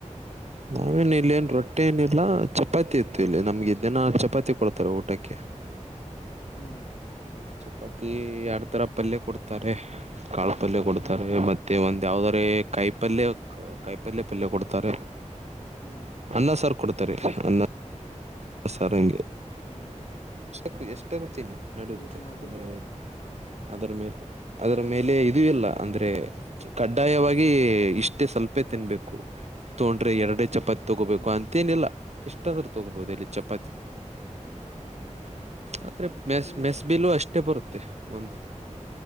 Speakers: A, on the right; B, on the left.
A: ನಾವೇನು ಇಲ್ಲಿ ಏನ್ ರೊಟ್ಟಿ ಊಟ ಏನಿಲ್ಲ ಚಪಾತಿ ಇತ್ತು ಇಲ್ಲಿ ನಮ್ಗೆ ದಿನ ಚಪಾತಿ ಕೊಡ್ತಾರ ಊಟಕ್ಕೆ
B: ಹ್ಮ
A: ಪತಿ ಎಡ್ ತರ ಪಲ್ಯ ಕೊಡ್ತಾರೆ ಕಾಳ ಪಲ್ಯ ಕೊಡ್ತಾರೆ
B: ಹ್ಮ್
A: ಮತ್ತೆ ಒಂದ್ ಯಾವದ್ರ ಕಾಯಿ ಪಲ್ಯ ಕಾಯಿ ಪಲ್ಯ ಪಲ್ಯ ಕೊಡ್ತಾರೆ
B: ಹ್ಮ್
A: ಅನ್ನ ಸಾರ್ ಕೊಡ್ತಾರೆ ಅನ್ನ ಸಾರ್ ಹಂಗೆ
B: ಹ್ಮ್
A: ಕ್ಕೂ ಎಷ್ಟರತಿನ ನಡೆಯುತ್ತೆ
B: ಯೂಸ್ ಮಾಡಿದ್ರ
A: ಅಂದ್ರೆ ಅದರ ಮೇಲೆ ಅದರ ಮೇಲೆ ಇದು ಇಲ್ಲ ಅಂದ್ರೆ ಕಡ್ಡಾಯವಾಗಿ ಇಷ್ಟೇ ಸ್ವಲ್ಪೇ ತಿನ್ಬೇಕು ತೊೊಂಡ್ರೆ ಎರಡ ಚಪಾತಿ ತಗೋಬೇಕು
B: ಹ್ಮ್
A: ಅಂತೇನಿಲ್ಲ ಎಷ್ಟಾದ್ರೂ ತಗೋಬೋದು ಇಲ್ಲಿ ಚಪಾತಿ
B: ಹ್ಮ್
A: ಆದ್ರೆ
B: ಮತ್ತೆ
A: ಮೆಸ್ ಮೆಸ್ಬಿಲು ಅಷ್ಟೇ ಬರುತ್ತೆ ಒಂದು